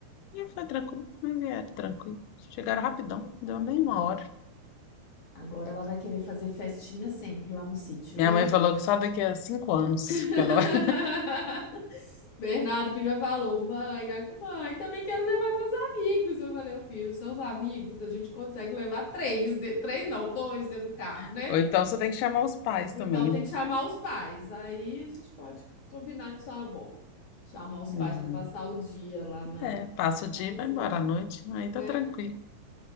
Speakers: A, on the left; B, on the left.
A: e foi tranquilo, aí vieram tranquilo. Chegaram rapidão, não
B: Que bom.
A: deu nem uma hora.
B: Agora ela vai querer fazer festinha sempre lá no sítio,
A: Minha
B: né?
A: mãe falou que só daqui a cinco anos
B: <laughs>
A: que ela... vai.
B: Bernardo que já falou, mãe, a- mãe, também quero levar meus amigos. Eu falei, ô filho, seus amigos, a gente consegue levar três, de- três não, dois dentro do carro,
A: <laughs>
B: né?
A: Ou então você tem que chamar os pais
B: Ou
A: também,
B: Então tem
A: né?
B: que chamar os pais. Aí a gente pode combinar com sua avó, chamar os
A: Hum,
B: pais para passar o dia lá na,
A: É, passa o dia
B: lá no
A: e vai
B: sítio,
A: embora à noite, aí
B: né?
A: tá tranquilo,